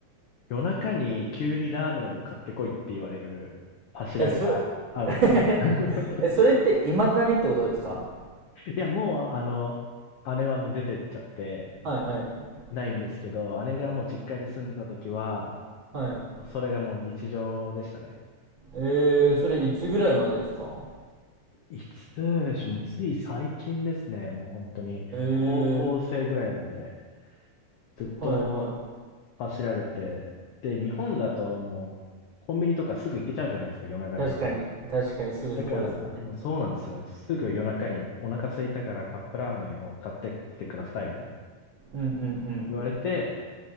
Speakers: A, on the left; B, on the right.
A: 夜中に急にラーメンを買ってこいって言われるパシられがあるんですよ。
B: え、それ、
A: <laughs>
B: <laughs> え、それって未だにってことですか
A: いや、もう、あの、姉はもう出てっちゃって
B: はいはい。
A: ないんですけど、姉がもう実家に住んでた時は、
B: はい。
A: それがもう日常でしたね。
B: えー、それいつぐらいまでですか
A: いつでしょう、もうつい最近ですね、もう本当に、
B: え
A: 高校生ぐらいまで
B: ー、
A: ずっと
B: はいは
A: 走られて、で、日本だともうコンビニとかすぐ行けちゃうじゃないですか、夜中でも。
B: い。確かに、確かにすぐそこですね。
A: だからもうそうなんですよ、すぐ夜中にお腹空いたからカップラーメンを買ってきてくださいみたいな
B: うんうんうん。
A: 言われて、